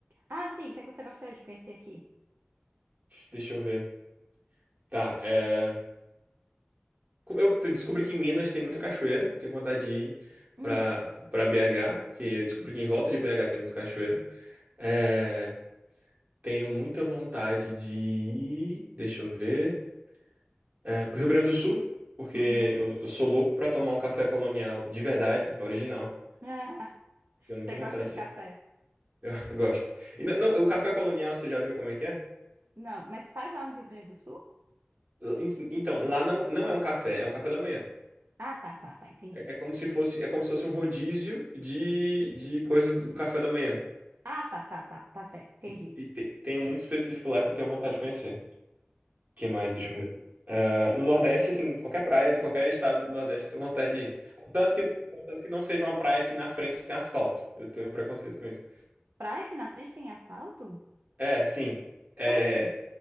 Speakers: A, on the right; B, on the right.
A: Ah, sim, o que é que você gostaria de conhecer aqui?
B: Deixa eu ver. Tá, é... co- Eu descobri que em Minas tem muita cachoeira, fiquei com vontade de ir
A: Hum,
B: pra, pra BH, porque eu descobri que em volta de BH tem muita cachoeira. É, Tenho muita vontade de ir, deixa eu ver, é, pro Rio Grande do Sul, porque
A: uhum.
B: eu,
A: <laughs>
B: eu sou louco pra tomar um café colonial de verdade, original.
A: Ah,
B: Tenho muita
A: você
B: vontade,
A: gosta de café?
B: de- <laughs> eu gosto. E não, não, o café colonial, você já viu como é que é?
A: Não, mas faz lá no Rio Grande do Sul?
B: L- en- Então, lá não, não é um café, é um café da manhã.
A: Ah, tá, tá, tá, entendi.
B: É, é como se fosse, é como se fosse um rodízio de, de coisas do café da manhã.
A: Ah, tá, tá, tá, tá certo, entendi.
B: E, e te- tem muito específico lá que eu tenho vontade de conhecer. que mais? Deixa eu ver. Ah, no Nordeste, assim, qualquer praia de qualquer estado do Nordeste eu tenho vontade de ir. Contanto que, contanto que não seja uma praia que na frente tem asfalto. Eu tenho um preconceito com isso.
A: Praia que na frente tem asfalto?
B: É, sim. É,
A: Como assim?